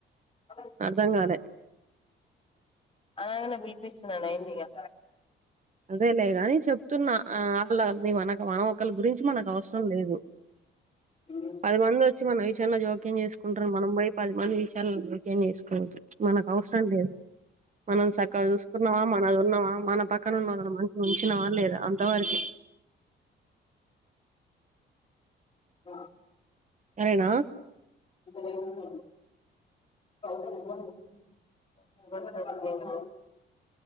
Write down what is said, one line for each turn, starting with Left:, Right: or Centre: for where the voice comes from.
Left: ఆ
Right: అర్ధం కాలే
Left: అనంగనే పిలిపిస్తున్నాను అయిందిగా
Right: అదేలేగాని చెప్తున్నా వాళ్ళ మేము అనక మనం ఒకళ్ళ గురించి మనకు అవసరం లేదు
Left: ఆ
Right: పది మంది వచ్చి మన విషయంలో జోక్యం చేసుకుంటారు మనం పోయి పది మంది విషయాల జోక్యం చేసుకోవద్దు మనకు అవసరం లేదు మనం చక్కగా చూసున్నావా మనది ఉన్నవా మన పక్క న ఉన్నోళ్లను మంచిగా ఉంచినవా లేదా అంతవరకే
Left: అ
Right: సరేనా
Left: ఆ అ